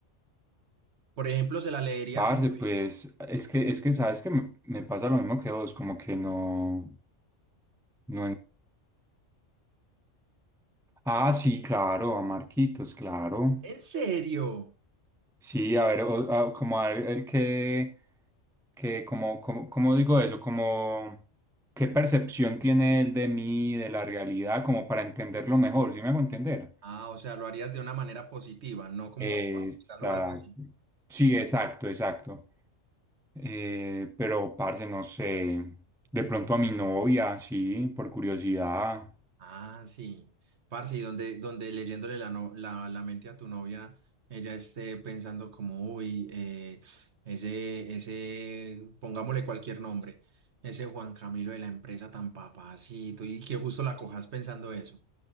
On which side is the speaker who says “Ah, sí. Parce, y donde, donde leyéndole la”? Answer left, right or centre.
Right